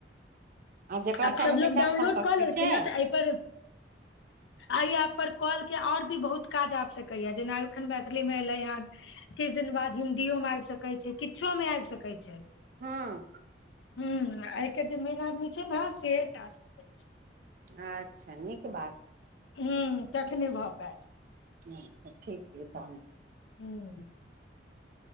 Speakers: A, on the right; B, on the left.
A: आ जेकरा
B: आब
A: चाहबै
B: सबलोग
A: तेकरा
B: डाउनलोड
A: फोन
B: कऽ
A: सकै
B: लेलखिन
A: छियै
B: ने तऽ एहिप आइ आ पर कॉल के आओर भी बहुत काज आबि सकैएा जेना एखन मैथिलीमे एलय हन किछु दिन बाद हिन्दी मे आबि सकैत छै किछो मे आबि सकैत छैक
A: हँ
B: ह आ जे मेन आदमी से <inaudible>
A: अच्छा नीक बात
B: हू तखने भऽ पैत
A: अच्छा ठीक छैक तहन
B: ह्म <unintelligible>